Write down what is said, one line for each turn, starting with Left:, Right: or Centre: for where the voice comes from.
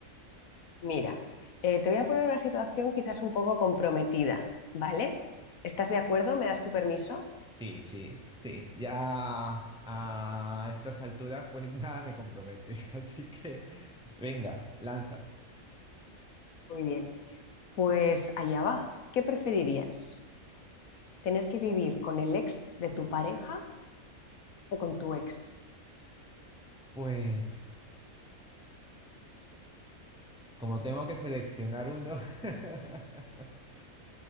Left: Mira, eh, te voy a poner una situación quizás un poco comprometida, ¿vale? ¿Estás de acuerdo? ¿Me das tu permiso?
Centre: Sí, sí, sí. Ya a estas alturas, pues <laughs> nada me compromete. <laughs> Así que, venga, lanza.
Left: Muy bien. Pues allá va. ¿Qué preferirías? ¿Tener que vivir con el ex de tu pareja o con tu ex?
Centre: Pues, como tengo que seleccionar uno, <laughs>